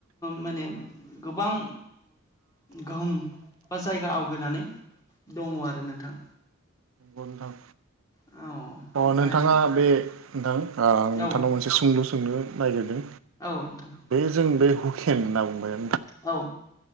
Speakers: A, on the left; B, on the right.
A: माने गोबां गोहोम बा जायगा आवगायनानै दङ आरो नोंथां
B: बुंथां
A: औ ओमफ्राय
B: अ नोंथाङा बे नोंथां
A: औ
B: नोंथांनाव मोनसे सुंलु सोंलु नागिरदों
A: औ नोंथां
B: बे जों बे हुकेन होनना बुंबाय
A: औ